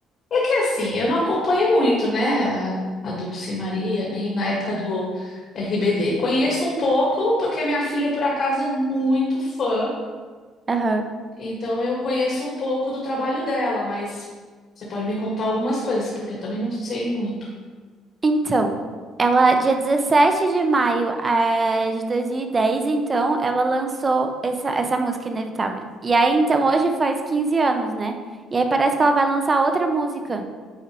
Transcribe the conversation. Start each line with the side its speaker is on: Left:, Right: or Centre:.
Left: É que assim, eu não acompanho muito, né? A, a Dulce Maria, nem na época do RBD. Conheço um pouco, porque a minha filha, por acaso, é muito fã.
Right: Aham.
Left: Então eu conheço um pouco do trabalho dela, mas você pode me contar algumas coisas, porque eu também não sei muito.
Right: Então, ela, dia 17 de maio, eh, de 2010, então, ela lançou essa, essa música Inevitável. E aí, então, hoje faz 15 anos, né? E aí parece que ela vai lançar outra música.